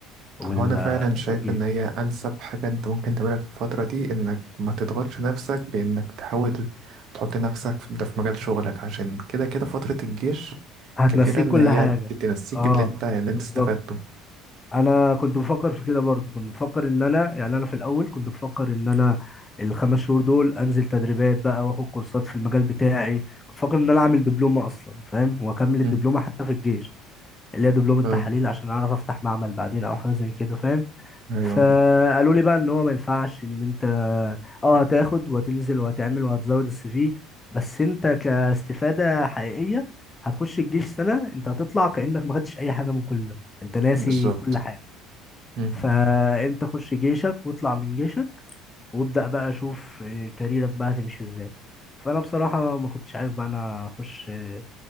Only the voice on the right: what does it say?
هو انا فعلا شايف
ان هي انسب حاجه انت ممكن تعملها في الفتره دي انك ما تضغطش نفسك بانك تحاول تحط نفسك في- ده في مجال شغلك عشان كده كده فتره الجيش
كفيله ان
هي
تنسيك
اللي انت اللي انت
استفدته
مم.
اه
ايوه
بالظبط
مم.